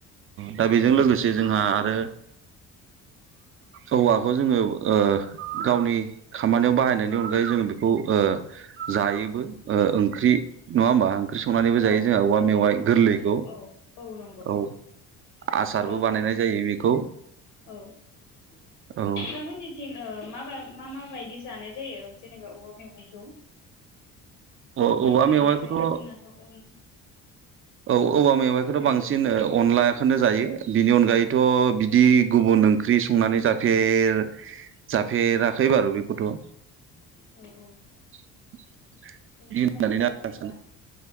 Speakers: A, on the right; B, on the left.
A: दा बेजों लोगोसे जोंहा आरो औवाखौ जोङो ओ गावनि खामानियाव बाहायनायनि अनगायै जोङो बेखौ ओ जायो। ओ ओंख्रि। नङा होमबा। ओंख्रि संनानैबो
B: औ
A: जायो जोंहा औवा मेवाइ
B: औ औ
A: गोरलैखौ
B: औ औ नंगौ
A: औ। आसारबो
B: ओ
A: बानायनाय
B: नों
A: जायो बेखौ।
B: औ नोंथांमोननिथिं
A: औ
B: ओ मा-माबा। मा मा बायदि जानाय जायो जेनेबा औवा मेवाइखौ।
A: औ
B: माबोरै
A: औवा मेवाइखौथ'
B: माने अन जोंनाथ' अन।
A: औ औवा मेवाइखौथ'
B: औ दे
A: बांसिन
B: बुंदों नोंथां
A: अनलाखौनो जायो। बिनि अनगायै। थ' बिदि
B: औ
A: गुबुन ओं ख्रि संनानै जाफेर जाफेराखै बारु बेखौथ'।
B: औ औ
A: <inaudible> बिदि
B: बेनिफ्राय
A: होननानैनो
B: आरो जेनेबा
A: आं सानो